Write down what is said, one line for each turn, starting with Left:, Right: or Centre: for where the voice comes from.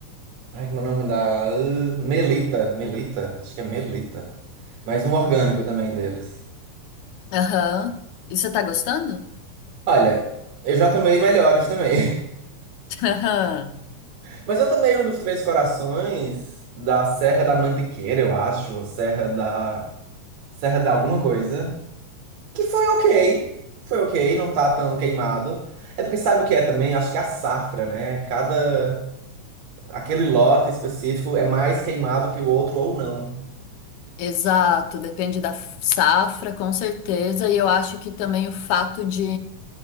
Right: Ai, como é o nome da. Uh, Melita. Melita? Acho que é Melita. Mas um orgânico também deles.
Left: Aham. E você tá gostando?
Right: Olha, eu já tomei melhores também.
Left: <laughs> Aham.
Right: Mas eu também, um dos Três Corações, da Serra da Mantiqueira, eu acho, ou Serra da... Serra da alguma coisa, que foi ok, foi ok, não tá tão queimado. É porque sabe o que é também? Acho que é a safra, né? Cada... Aquele lote específico é mais queimado que o outro ou não.
Left: Exato, depende da safra, com certeza. E eu acho que também o fato de